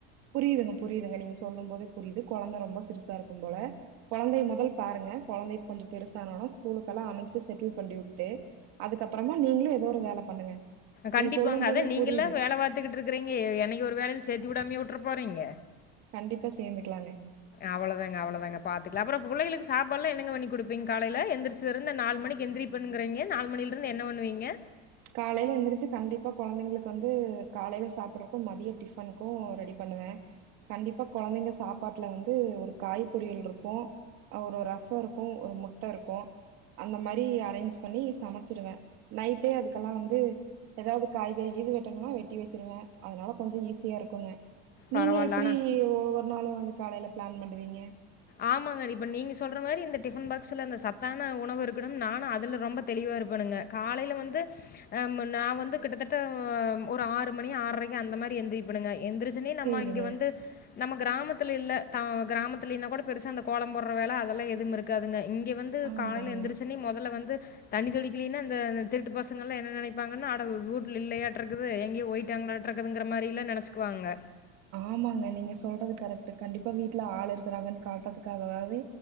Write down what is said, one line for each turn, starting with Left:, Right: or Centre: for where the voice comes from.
Right: புரியிதுங்க புரியிதுங்க நீங்க சொல்லும்போதே புரியிது கொழந்த ரொம்ப சிருசாருக்கும்போல கொழந்தைய மொதல் பாருங்க கொழந்தை கொஞ்சோ பெருசானனொன்ன ஸ்கூலுக்கல்லா அனுப்ச்சி செட்டில் பண்டிவுட்டு அதுக்கப்பறமா நீங்களு ஏதோ ஒரு வேல பண்ணுங்க
Left: கண்டிப்பாங்க
Right: நீங்க சொல்லும் போதே
Left: அதா நீங்கெல்லா
Right: புரியுது
Left: வேல பாத்துக்கிட்ருக்குறீங்க என்னைக்கு ஒரு வேலைல சேத்து உடாமையா உட்றப்போறீங்க
Right: கண்டிப்பா சேந்துக்கலாங்க
Left: அவ்ளதாங்க அவ்ளதாங்க பாத்துக்கலா அப்றோ புள்ளைகளுக்கு சாப்பாட்லா என்னங்க பண்ணி குடுப்பீங்க காலைல எந்திரிச்சதிருந்த நாலு மணிக்கு எந்திரிப்பேன்னுங்குறீங்க நாலு மணிலருந்து என்ன வண்ணுவீங்க
Right: காலைல எந்திரிச்சு கண்டிப்பா கொழந்தைங்களுக்கு வந்து காலைல சாப்புட்றப்ப மதிய டிஃபனுக்கு ரெடி பண்ணுவே கண்டிப்பா கொழந்தைங்க சாப்பாட்டுல வந்து ஒரு காய் பொரியல் இருக்கு ஆ ஒரு ரசருக்கு ஒரு முட்டருக்கு அந்த மாரி அரேஞ்ச் பண்ணி சமைச்சிடுவே நைட்டே அதுக் க்கலாம் வந்து எதாவது காய்கறிக்கீது வெட்டணுன்னா வெட்டி வச்சிருவே அதனால கொஞ்சோ ஈஸியாருக்குங்க நீங்க
Left: பரவால்ல
Right: எப்டி
Left: ஆனா.
Right: <unintelligible> <unintelligible> வந்து காலைல ப்ளான் பண்டுவீங்க
Left: ஆமாங்க இப்ப நீங்க சொல்ற மாரி இந்த டிஃபன் பாக்ஸுல அந்த சத்தான ஒணவு இருக்கணும்னு நானு அதுல ரொம்ப தெளிவா இருப்பணுங்க காலைல வந்து ஆ நா வந்து கிட்டத்தட்ட ஒரு ஆறு மணி ஆறரைக்கு அந்த மாதிரி எந்திரிப்பணுங்க எந்திருச்சொன்னே நம்ம
Right: சேரிங்க
Left: இங்க வந்து நம்ம கிராமத்து <unintelligible> இல்ல த கிராமத்திலேன்னக் கூட பெருசா அந்த கோலம் போட்ற வேல அதெல்லா எதுவு இருக்குதுங்க <unintelligible> இங்க வந்து
Right: ஆமாங்க
Left: காலைல எந்திரிச்சொன்னே மொதல்ல வந்து தண்ணி தொளிக்கலின்னா இந்த அந்த திருட்டு பசங்கெல்லா என்ன நினைப்பாங்கன்னா அட ஊட்டுல இல்லையாட்டு இருக்குது எங்கயோ போயிட்டாங்களாட்டு இருக்குதுங்கிற மாரியெல்லா நெனச்சுக்குவாங்க
Right: ஆமாங்க நீங்க சொல்றது கரெக்ட் கண்டிப்பா வீட்டுல ஆள் இருக்கிறாங்கன்னு காட்டுறதுக்காகவாவது